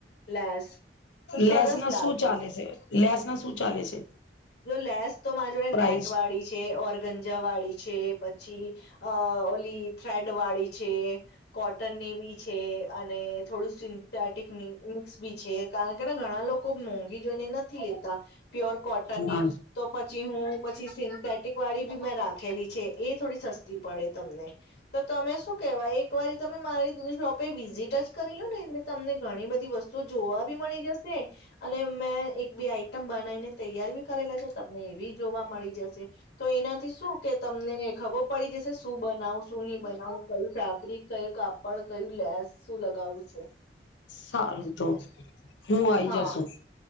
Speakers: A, on the left; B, on the left.
A: લેસ તો સરસ
B: લેસ ના
A: લાગે
B: શું ચાલે છે લેસ ના શું ચાલે છે.
A: લેસ તો મા રા જોડે
B: પ્રાઇસ
A: નેટ વાળી છે. ઓર ગંજા વાળી છે. પછી અ ઓલી થ્રેડ વાળી છે, કોટનની બી છે અને થોડું સિન્થેટિક મિક્સ બી છે. કારણ કે ઘણા લોકો મોંઘી જોઈને નથી લેતા. પ્યોર કોટન
B: હા
A: ની તો પત છી હું પછી સિન્થેટિક વાળી બી મેં રાખેલી છે. એ થોડી સસ્તી પડે. તમને તો તમે શું? કહેવાય એક વાર તમે મારી <unintelligible> શોપે વિઝિટ જ કરી લો ને એલે તમને ઘણી બધી વસ્તુ જોવા. બી મળી જશે. અને મેં એક બે આઈટમ બનાવીને તૈયાર બી કરેલા છે. તમને એ બી જોવા મળી જશે તો એનાથી શું, કે તમને ખબર પડી જશે શું બનાવું શું નહી બનાવું કયું ફેબ્રિક કયું કાપડ કયું લેસ શું લગાવું છે.
B: સારૂ તો હું આઈ
A: હા
B: જાશુ.